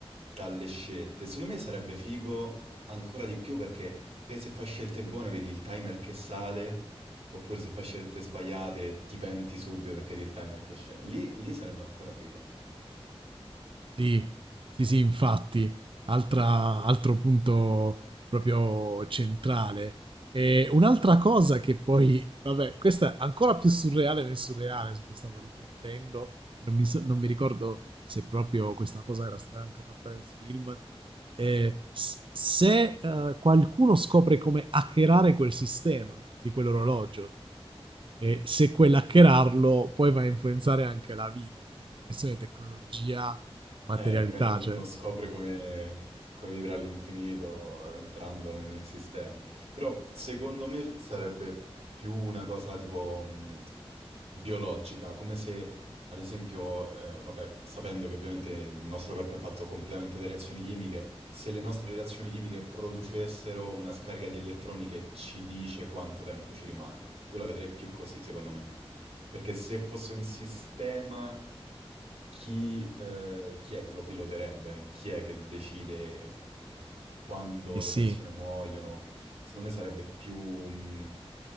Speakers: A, on the right; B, on the right.
A: dalle scelte. Secondo me sarebbe figo ancora di più perché magari se fai scelte buone vedi il timer che sale, oppure se fai scelte sbagliate ti penti subito perché vedi il timer che scende. Lì, lì sarebbe ancora figo.
B: Sì, sì, sì, infatti, altra- altro punto proprio centrale. E un'altra cosa che poi, vabbè, questa è ancora più surreale nel surreale, su cui stavo riflettendo, che non mi, so- non mi ricordo se proprio questa cosa era stata anche fatta nel film, eh, s- se eh, qualcuno scopre come hackerare quel sistema di quell'orologio e se quell'hackerarlo poi va a influenzare anche la vita, quindi connessione tecnologia materialità,
A: Eh, magari un-
B: cioè,
A: uno scopre come, come vivere all'infinito entrando nel, nel sistema. Però secondo me sarebbe più una cosa tipo mh, biologica, come se, ad esempio, eh, vabbè, sapendo che ovviamente il nostro corpo è fatto completamente da reazioni chimiche, se le nostre reazioni chimiche producessero una scarica di elettroni che ci dice quanto tempo ci rimane. Io la vedrei più così, secondo me. Perché se fosse un sistema chi, eh, chi è che lo piloterebbe? Chi è che decide quando
B: eh
A: le
B: sì,
A: persone muoiono? Secondo me sarebbe più, mh,